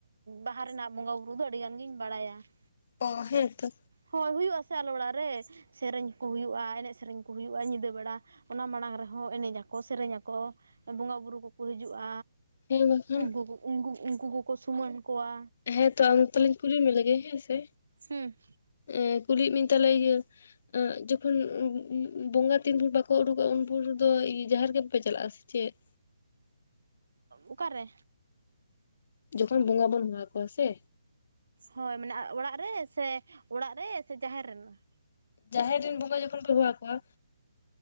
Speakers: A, on the right; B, on the left.
A: ᱵᱟᱦᱟ ᱨᱮᱱᱟᱜ ᱵᱚᱸᱜᱟ ᱵᱩᱨᱩ ᱫᱚ ᱟᱹᱰᱤ ᱜᱟᱱ ᱜᱤᱧ ᱵᱟᱲᱟᱭᱟᱹ <inaudible>
B: ᱚ ᱦᱮᱛᱚ
A: ᱦᱳᱭ ᱦᱩᱭᱩᱜ ᱟᱥᱮ ᱟᱞᱮ ᱚᱲᱟᱜ ᱨᱮ ᱥᱮᱨᱮᱧ ᱠᱚ ᱦᱩᱭᱩᱜᱼᱟ ᱮᱱᱮᱡ ᱥᱮᱨᱮᱧ ᱠᱚ ᱦᱩᱭᱩᱜᱼᱟ ᱧᱤᱫᱟᱹ ᱵᱮᱲᱟ ᱚᱱᱟ ᱢᱟᱲᱟᱝ ᱨᱮᱦᱚᱸ ᱮᱱᱮᱡ ᱟᱠᱚ ᱥᱮᱨᱮᱧ ᱟᱠᱚ ᱵᱚᱸᱜᱟᱼᱵᱩᱨᱩ ᱠᱚᱠᱚ ᱦᱤᱡᱩᱜᱼᱟ᱾
B: ᱦᱮᱸ ᱵᱟᱠᱷᱟᱱ
A: ᱩᱱᱠᱩ ᱠᱚ ᱩᱱᱠᱩ ᱩᱱᱠᱩ ᱠᱚᱠᱚ ᱥᱩᱢᱟᱹᱱ ᱠᱚᱣᱟ
B: ᱦᱮᱸ ᱛᱚ ᱟᱫᱚ ᱛᱟᱦᱚᱞᱮᱧ ᱠᱩᱞᱤ ᱢᱮ ᱞᱮᱜᱮ ᱦᱮᱸ ᱥᱮ
A: ᱦᱮᱸ
B: ᱮ ᱠᱩᱞᱤᱭᱮᱫ ᱢᱧ ᱛᱟᱞᱮ ᱤᱭᱟᱹ ᱡᱚᱠᱷᱚᱱ ᱵᱚᱸᱜᱟ ᱛᱤᱱ ᱵᱷᱩᱨ ᱵᱟᱠᱚ ᱩᱰᱩᱠᱚᱜᱼᱟ ᱩᱱ ᱵᱷᱩᱨ ᱫᱚ ᱡᱟᱦᱮᱨ ᱜᱮ ᱵᱟᱯᱮ ᱪᱟᱞᱟᱜᱼᱟ ᱥᱮ ᱪᱮᱫ?
A: ᱚᱠᱟᱨᱮ
B: ᱡᱚᱠᱷᱚᱱ ᱵᱚᱸᱜᱟ ᱵᱚᱱ ᱦᱚᱦᱚ ᱠᱚᱣᱟ ᱥᱮ
A: ᱦᱳᱭ ᱢᱟᱱᱮ ᱚᱲᱟᱜ ᱨᱮ ᱥᱮ ᱚᱲᱟᱜ ᱨᱮ ᱥᱮ ᱡᱟᱦᱮᱨ ᱨᱮᱱᱟᱜ
B: ᱡᱟᱦᱮᱨ ᱨᱮᱱ ᱵᱚᱸᱜᱟ ᱡᱚᱠᱷᱚᱱ ᱯᱮ ᱦᱚᱦᱚᱣᱟ ᱠᱚᱣᱟ